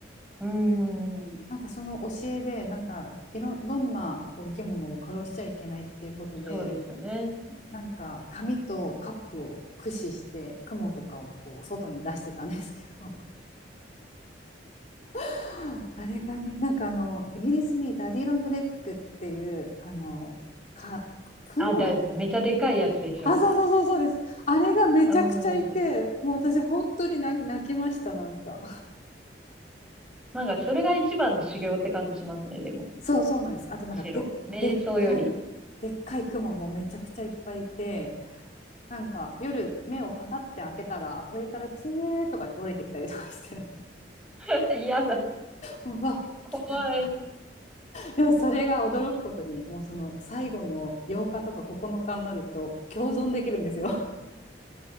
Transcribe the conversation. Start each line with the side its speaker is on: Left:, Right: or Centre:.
Centre: うーん、
Left: なんかその教えで、なんか、いろ、どんなこう生き物も殺しちゃいけないっていうことで、
Centre: そうですよね。
Left: なんか紙とカップを駆使して雲とかをこう外に出してたんですけど <laughs> あれがねなんかあのイギリスにダディ・ロングレッグっていうあのか雲
Centre: あ、だ、めちゃでかいやつでしょ
Left: あそうそうそうそうですあれがめちゃくちゃいてもう私本当に泣泣きましたなんか
Centre: う。うん。なんかそれが一番の修行って感じしますね、でも。
Left: そうそうなんですあとなんかででっかいでっかい雲もめちゃくちゃいっぱいいて
Centre: 白瞑想より。
Left: なんか夜目をパタって開けたら上からツーとかって降りてきたりとかして
Centre: <laughs> 嫌だ。
Left: も <laughs> うわ来た
Centre: 怖い。
Left: でもそれが驚くことにもうその最後の8日とか9日になると共存できるんですよ <laughs>